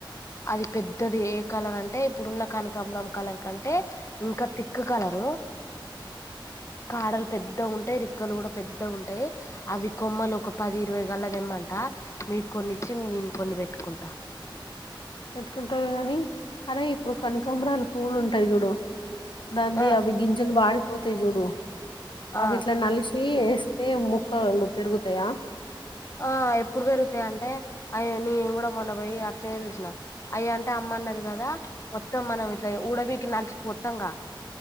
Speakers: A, on the left; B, on the left.
A: అది పెద్దది. ఏ కలర్ అంటే ఇప్పుడున్న కానకాంబరం కలర్ కంటే ఇంకా తిక్ కలరు. కాడలు పెద్దగా ఉంటాయి రిక్కలు కూడా పెద్దగా ఉంటాయి అవి కొమ్మలు ఒక పది ఇరవై గల్ల తెమ్మంట మీకు కొన్నిచ్చి నేను కొన్ని పెట్టుకుంటా
B: పెట్టుకుంటారు గానీ అరే ఇప్పుడు కనకాంబరాలు పువ్వులు ఉంటాయి చూడు దాంది
A: ఆ
B: అవి గింజల్ వాడి పోతాయి చూడు
A: ఆ
B: ఆవిట్ల నలిషి ఏస్ ఇస్తే ముక్కలు పెరుగుతాయా
A: ఆ ఎప్పుడు పెరుగుతాయి అంటే అయ్యో నీను కూడా మొన్న పోయి అట్నే చూసినా అయ్ అంటే అమ్మ అన్నది కదా మొత్తం మనం ఊడబీకిన్ నాల్స్ పోత్ తంగా